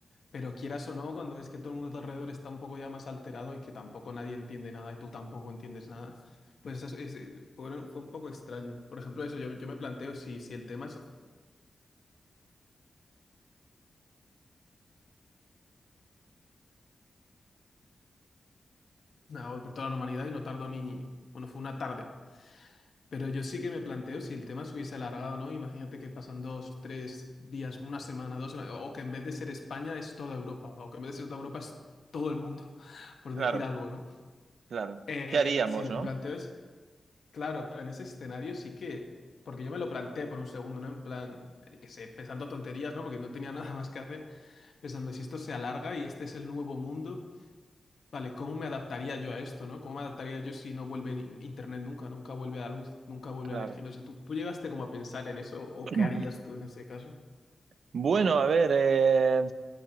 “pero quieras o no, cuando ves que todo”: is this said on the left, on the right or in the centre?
Left